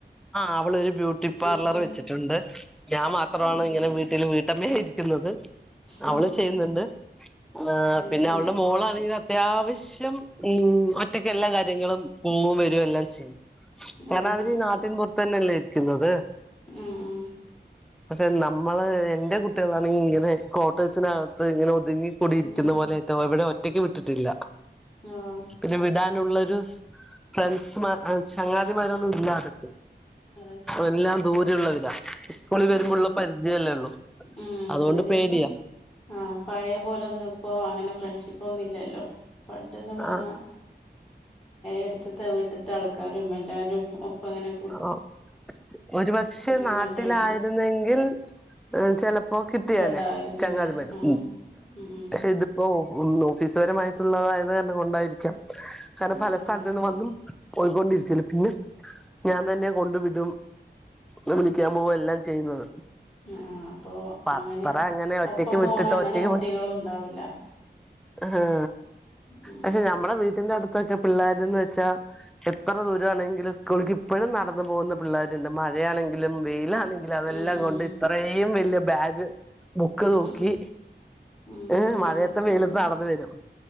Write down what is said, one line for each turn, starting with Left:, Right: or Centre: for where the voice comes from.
Centre: ആഹ് അവള് ഒരു ബ്യൂട്ടി പാർലറ്
Left: വീട്ടില്
Centre: വെച്ചിട്ടുണ്ട് ഞാം മാത്രാണ്
Left: അത്
Centre: ഇങ്ങനെ
Left: ശരി
Centre: വീ ട്ടില് വീട്ടമ്മായി ഇരിക്കുന്നത്
Left: ഉം
Centre: അവള് ചെയ്യുന്നുണ്ട്.
Left: ഉം
Centre: ആ
Left: അത്
Centre: പിന്നെ
Left: ശരി
Centre: അവളുടെ മോളാണെങ്കില ത്യാവശ്യം ഉ ഒറ്റക്കെല്ലാ കാര്യങ്ങളും പോവേം വരുകയും എല്ലാം ചെയ്യും. ങ്ങനാവരീ
Left: ഓഹ് അത്
Centre: നാട്ടിൻ
Left: ശരി
Centre: പുറത്തന്നല്ലേ ഇരിക്കുന്നത്.
Left: ഉം ഊം.
Centre: പക്ഷെ നമ്മള് എന്റെ കു ട്ട്യളാണിങ്ങനെ കോട്ടേഴ്സിനകത്ത് ഇങ്ങനെ ഒതുങ്ങി കൂടി ഇരിക്കുന്ന
Left: ഉം
Centre: പോലെ <unintelligible> ഒറ്റയ്ക്ക് വിട്ടിട്ടില്ല.
Left: ആഹ്
Centre: പിന്നെ വിടാനുള്ളൊരു സ് ഫ്രണ്ട്സ്മാ അ ചങ്ങാതിമാരൊന്നും ഇല്ലാത് ത്
Left: അത് ശരി
Centre: എല്ലാം ദൂരെള്ളവരാ സ്കൂളി
Left: ഉം
Centre: വരുമ്പോള്ള
Left: ഉം
Centre: പരിചയല്ലേള്ളൂ
Left: ഉം
Centre: അതുകൊണ്ട്
Left: അല്ലെങ്കിലും
Centre: പേടിയാ
Left: ആഹ് പഴയ പോലൊന്നു പ്പൊ അങ്ങനെ ഫ്രണ്ട്ഷിപ്പൊന്നു ഇല്ലല്ലോ പണ്ട്ന്ന് പർഞ്ഞാ
Centre: ആ
Left: എടുത്തത്തെ വീട്ടത്തെ ആൾക്കാരും എല്ലാരും ഒപ്പ ഇങ്ങനെ
Centre: ആ ഒരു പക്ഷേ
Left: അങ്ങനെയൊക്കെയാണല്ലോ
Centre: നാട്ടിലായിരുന്നെങ്കിൽ ചെലപ്പോ കിട്ടിയനെ
Left: ഉണ്ടായിരുന്നല്ലേ
Centre: ചങ്ങാതി വരും
Left: ആഹ് ഉം ഉം
Centre: ഇതിപ്പോ ഓഫീസ് പരമായിട്ടുള്ളതായത് കാരണംകൊണ്ടായിരിക്കാം പല
Left: ആഹ്
Centre: സ്ഥലത്ത് നിന്ന്
Left: ശരി
Centre: വന്നും പോയിക്കൊണ്ടിരിക്കല്ല പിന്നെ ഞാൻ തന്നെ കൊണ്ടു വിടും വിളിക്കാൻ പോകും എല്ലാം ചെയ്യുന്നത്
Left: ആ ആ അപ്പൊ
Centre: പത്രം
Left: അങ്ങനെ
Centre: അങ്ങനെ ഒറ്റക്ക്
Left: ഒപ്പം
Centre: വിട്ടിട്ട്
Left: പോണ അങ്ങനെ
Centre: ഒറ്റക്ക്
Left: കുട്ടികളും ഉണ്ടാവില്ല
Centre: ആഹ്
Left: ഉം
Centre: പക്ഷേ ഞമ്മടെ വീട്ടിന്റെ അടുത്തൊക്കെ പിള്ളേര്ന്ന് വെച്ചാ എത്ര ദൂരമാണെങ്കിലും സ്കൂളിലേക്ക് ഇപ്പഴും നടന്നു പോകുന്ന പിള്ളേരുണ്ട് മഴയാണെങ്കിലും വെയിലാണെങ്കിലും അതെല്ലാം
Left: ഉം ഉം
Centre: കൊണ്ട് ഇത്രയും വല്യ ബാഗ് ഒക്ക തൂക്കി
Left: ഉം ഉം
Centre: ഏഹ്
Left: ശരിയാ
Centre: മഴയത്ത് വെയിലത്ത്
Left: ഉം
Centre: നടന്ന് വരും